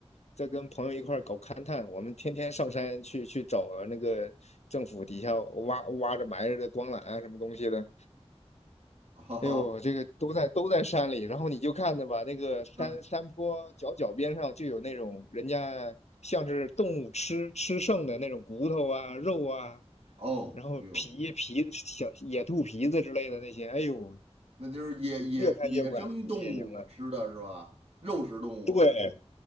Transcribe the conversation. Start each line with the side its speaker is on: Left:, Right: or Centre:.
Left: 在跟朋友一块儿搞勘探，我们天天上山去去找那个政府底下挖挖着埋着的光缆啊，什么东西的。
Right: <laughs> 哦，
Left: 哎呦，这个都在都在山里，然后你就看着吧，那个山山坡脚脚边上就有那种人家像是动物吃吃剩的那种骨头啊、
Right: 那
Left: 肉啊，
Right: 哦，
Left: 然后皮皮小野兔皮子之类的那些，
Right: 哎呦，
Left: 哎呦，
Right: 那就是野野野生动物吃的是吧？
Left: 越看越不敢野营了。
Right: 肉食动物，
Left: 对